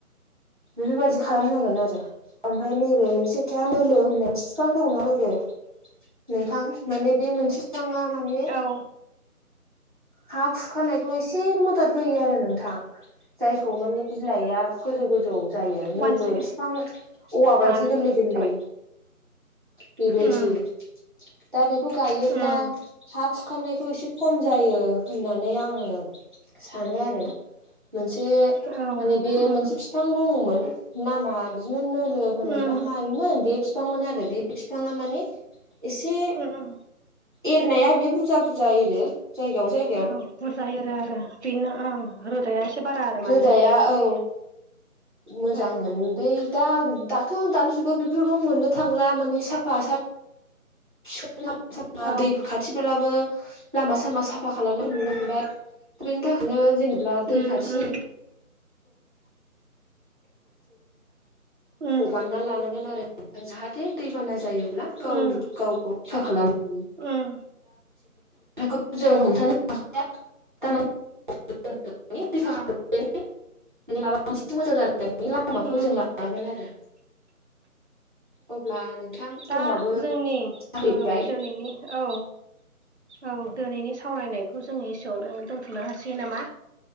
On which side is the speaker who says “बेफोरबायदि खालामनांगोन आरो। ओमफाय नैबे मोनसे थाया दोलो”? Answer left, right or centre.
Right